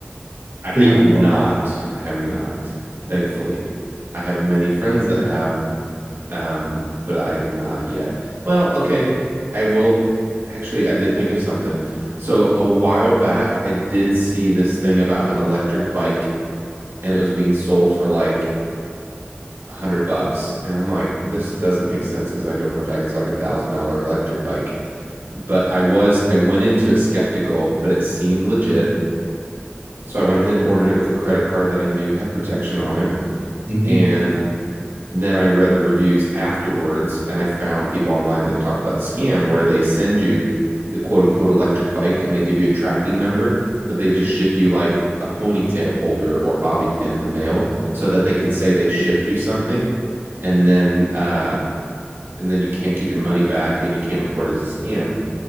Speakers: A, on the right (about 75°); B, on the right (about 40°).
A: I have
B: But you
A: not.
B: know,
A: I have not, thankfully. I have many friends that have, um, but I have not yet. Well, okay. I will actually I did think of something. So a while back I did see this thing about an electric bike and it was being sold for like a hundred bucks. And I'm like, this doesn't make sense because I know for a fact it's like a thousand dollar electric bike. But I was, I went into it skeptical, but it seemed legit. So I went ahead and ordered it with a credit card that I knew had protection on it.
B: hmm
A: And then I read the reviews afterwards and I found people online that talked about the scam where they send you the quote unquote electric bike and they give you a tracking number, but they just ship you like a ponytail holder or a bobby pin in the mail so that they can say they shipped you something and then uh and then you can't get your money back and you can't report it as a scam.